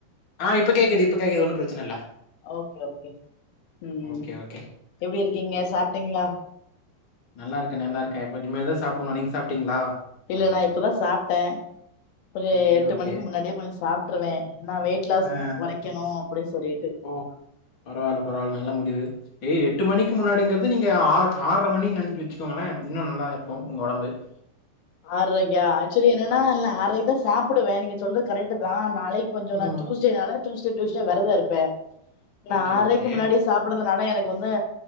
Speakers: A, on the left (about 35°); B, on the left (about 80°).
A: ஆ இப்ப கேக்குது இப்ப கேக்குது ஒண்ணு பிரச்சனல்ல
B: ஓகே ஓகே ம்
A: ஓகே ஓகே
B: எப்டி இர்க்கீங்க சாப்ட்டீங்களா
A: நல்லாருக்க நல்லாருக்க இப்ப இனிமேல்தா சாப்டனு நீங்க சாப்ட்டீங்களா
B: இல்ல நா இப்பதா சாப்ட்ட ஒரு
A: ஓகே
B: எட்டு
A: ஓகே
B: மணிக்கு முன்னாடியே சாப்ட்ருவ நா வெயிட் லாஸ்
A: ஆ ஆ
B: கொறைக்கணும் அப்டின்னு சொல்லிட்டு
A: ஓ பரவால்ல பரவால்ல நல்ல முடிவு ஏய் எட்டு மணிக்கு முன்னாடிங்கறது நீங்க ஆ ஆர்ர மணி நெனப்பு வச்சுக்கோங்களே இன்னு நல்லாயிருக்கு உங்க உடம்பு <inaudible>
B: ஆற்ரைக்கா ஆக்சொலி என்னன்னா நா ஆற்ரைகிதா சாப்பிடுவே நீங்க சொல்ற கரெக்ட் தா நாளைக்கி கொஞ்சோ
A: ம்
B: நா ஜூஸ் கொஞ்ச நாளா டூஸ்டே டூஸ்டே வெரதெருப்பே நா
A: ஓகே
B: ஆரைக்கி
A: ஓகே
B: முன்னாடி சாப்பிடுதனால எனக்கு ஒன்னு